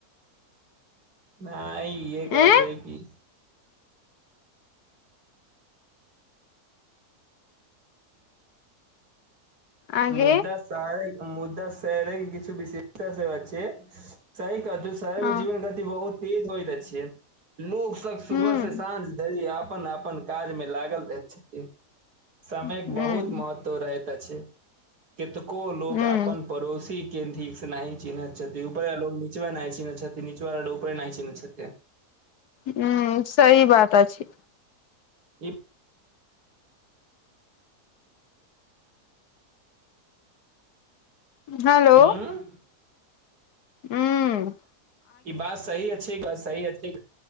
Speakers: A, on the right; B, on the left.
A: नहि इहे कहत
B: ए
A: रही की
B: आगे
A: मुद्दा शहरे मुद्दा शहरे के किछु विशेषता सेहो छै शहे शहर
B: हँ
A: मे जीवन गति बहुत तेज होइत अछि लोक सब सुबह
B: हूँ
A: से साँझ धरि अपन अपन काज मे लागल रहैत छथिन समयक
B: हूँ
A: बहुत महत्व रहैत अछि कतेको लोक
B: हूँ
A: अपन पड़ोसी के ठीक नहि चिन्हैत छथि ऊपर लोकग नचबा नहि चिन्हैत छथिन नीचबाला उपरे नहि चिन्हैत छथिन
B: हुँ सही बात अछि
A: ई
B: हेलो
A: उंम्म
B: हुँ
A: ई बात सही अछि सही अछि